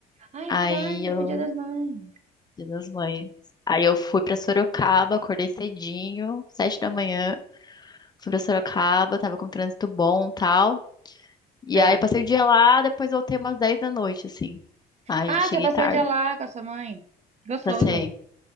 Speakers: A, on the right; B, on the left.
A: Ah, é
B: Aí
A: verdade,
B: eu,
A: foi dia das mães.
B: Dia das Mães. Aí eu fui pra Sorocaba, acordei cedinho, sete da manhã, fui pra Sorocaba, tava com trânsito bom, e tal. E
A: É.
B: aí passei o dia lá, depois voltei umas 10 da noite, assim. Aí
A: Ah,
B: cheguei
A: você passou
B: tarde,
A: o dia lá com a sua mãe. Gostoso.
B: passei.